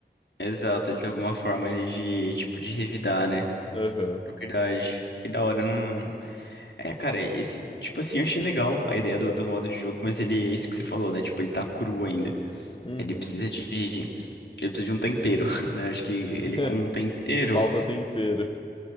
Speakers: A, on the left (about 80°); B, on the left (about 30°).
A: exato. Ele tem alguma forma ali de, tipo, de revidar, né?
B: Aham.
A: É Verdade. Que da hora, não... É, cara, esse, tipo assim, eu achei legal a ideia do, do modo de jogo, mas ele é isso que você falou, né? Tipo, ele tá cru ainda.
B: Uhum.
A: Ele precisa de... Ele precisa de um tempero, <laughs> né? Acho que ele
B: <laughs>
A: com um tempero...
B: Falta tempero.